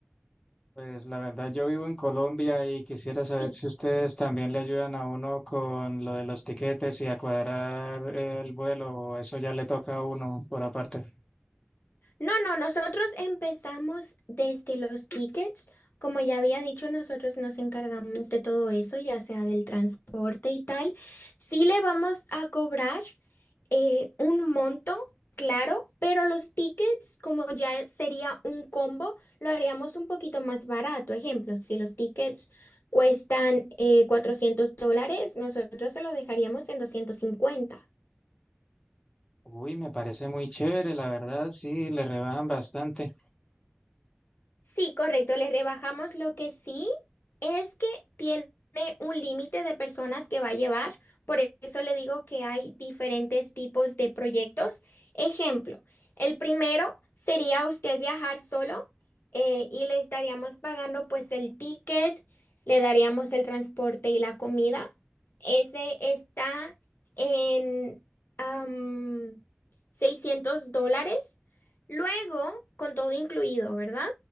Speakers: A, on the left; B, on the left.
A: Pues la verdad yo vivo en Colombia y quisiera saber
B: Sí.
A: si ustedes también le ayudan a uno con lo de los tiquetes y a cuadrar el vuelo o eso ya le toca a uno por aparte.
B: No, no, nosotros empezamos desde los tickets. Como ya había dicho, nosotros nos encargamos de todo eso, ya sea del transporte y tal. Sí le vamos a cobrar eh, un monto, claro, pero los tickets, como ya sería un combo, lo haríamos un poquito más barato. Ejemplo, si los tickets cuestan eh, 400 dólares, nosotros se lo dejaríamos en 250.
A: Uy, me parece muy chévere, la verdad, sí, le rebajan bastante.
B: Sí, correcto, le rebajamos lo que sí es que tiene un límite de personas que va a llevar, por eso le digo que hay diferentes tipos de proyectos. Ejemplo, el primero sería usted viajar solo eh, y le estaríamos pagando pues el ticket, le daríamos el transporte y la comida. Ese está en am, 600 dólares, luego con todo incluido, ¿verdad?